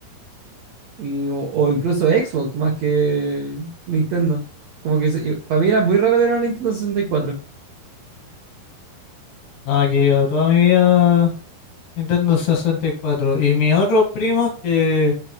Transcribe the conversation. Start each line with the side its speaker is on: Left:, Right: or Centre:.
Right: Y, o, o incluso Xbox más que Nintendo. Como que se- y para mí era muy raro ver una Nintendo sesenta y cuatro
Left: Nada, que yo toda mi vida Nintendo 64. Y cuatro. Y mis otros primos, que